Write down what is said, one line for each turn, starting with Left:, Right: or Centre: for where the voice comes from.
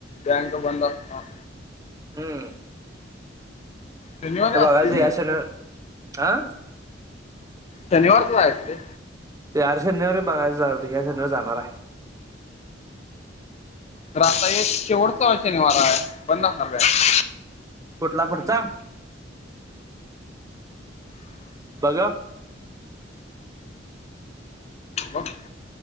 Left: बँक बंद असणार.
Right: हम्म.
Left: शनिवारी
Right: आता
Left: असते
Right: बघायचंय
Left: की
Right: या सगळं, आ?
Left: शनिवारचं जायाचं रे.
Right: यार शनिवारी बघायला जाऊ दे, या शनिवारी जाणार हाय.
Left: खरं आता एक शेवटचा शनिवार आहे बंद असणार बॅंक.
Right: कुठला पुढचा? बघा.
Left: मग